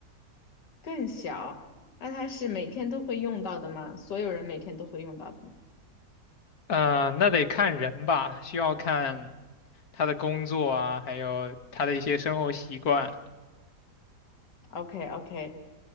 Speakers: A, on the left (about 85°); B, on the left (about 65°).
A: 更小。那它是每天都会用到的吗？所有人每天都会用到的吗
B: 嗯、呃那得看人吧，需要看他的工作啊，还有他的一些生活习惯，
A: ？OK OK，